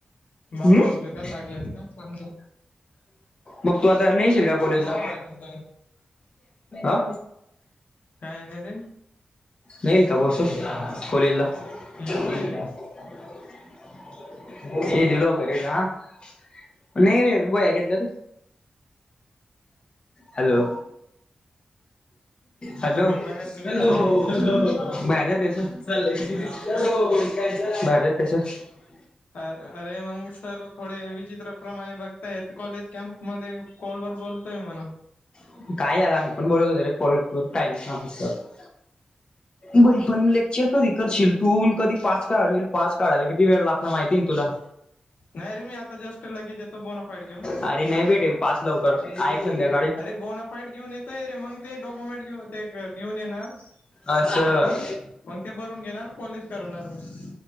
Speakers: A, on the left (about 85°); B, on the left (about 35°).
A: बाबु
B: हम्म
A: अगे तर लागले असता म्हणजे
B: मग तू आता नाही येशील का कॉलेजला?
A: मऊ आहे ना
B: आ?
A: काय नाही ते?
B: नाही येईल का बा अस कॉलेजला? <unintelligible>
A: येतोय रे
B: नाही रे गोळ्या घेतल्या तू? हॅलो? हॅलो?
A: मी
B: <unintelligible>
A: बाहेर निघून चालला काय अर अरे मग सर थोडे विचित्रप्रमाणे बघतायत कॉलेज कॅम्प मध्ये कॉल वर बोलतोय म्हणा.
B: <unintelligible>
A: <inaudible>
B: बई पण लेक्चर कधी करशील तू कधी पाच काढील पाच काढायला किती वेळ लागत माहिती ना तुला.
A: नाही रे मी आता जेस्ट लगेज येतो बोनाफाईट घेऊन.
B: अरे नाही भेटेल, पास लव आहे एक संध्या
A: अरे बोनाफाईड घेऊन येतोय, रे मग ते डॉक्युमेंट घेऊन ते घेऊन येणार.
B: असं
A: पास साठी मग ते भरून घेणार कॉलेज करणार मग